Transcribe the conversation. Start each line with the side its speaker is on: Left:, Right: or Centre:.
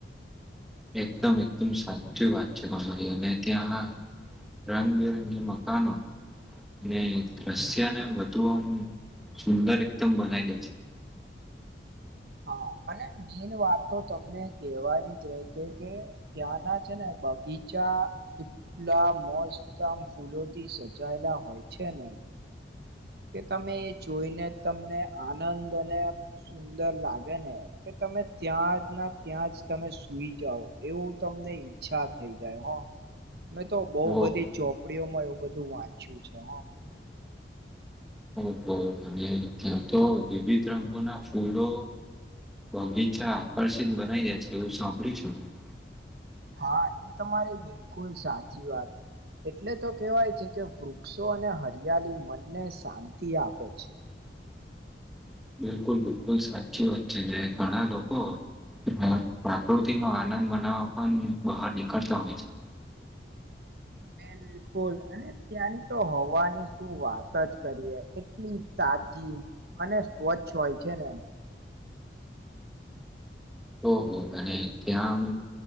Centre: એકદમ એકદમ સાચી વાત છે તમારી અને ત્યાં રંગબેરંગી મકનો અને દ્રશ્યને વધુ આમ સુંદર એકદમ બનાવી દે છે.
Right: હા અને મેન વાત તો તમને કેવાની જ રહી કે કે ત્યાં ના છે ને બગીચા એટલા મોજતમ ફૂલોથી સજાયેલા હોય છે ને. કે તમે એ જોઈને તમને આનંદ અને સુંદર લાગે ને કે તમે ત્યાં જ ના ત્યાં જ તમે સુઈ જાવ એવું તમને ઈચ્છા થઈ જાય હ. મેં તો બહુ
Centre: ઓહ
Right: બધી ચોપડીઓમાં એવું બધું વાંચ્યું છે હ.
Centre: ઓહ અને ત્યાં તો વિવિધ રંગોના ફૂલો બગીચા આકર્ષિત બનાવી દે છે એવું સાંભળ્યું છે હ.
Right: હા એ તમારી બિલકુલ સાચી વાત. એટલે તો કહેવાય છે. કે વૃક્ષો અને હરિયાળી મનને શાંતિ આપે છે.
Centre: બિલકુલ બિલકુલ સાચી વાત છે. ને ઘણા લોકો પા પ્રાકૃતિ નો આનંદ બનાવવા પણ બહાર નીકળતા હોય છે.
Right: <inaudible> બિલકુલ, અને ત્યાંની તો હવાની શું વાત જ કરીએ કેટલી તા તાજી અને સ્વચ્છ હોય છે ને
Centre: ઓહો ભને ત્યાંમ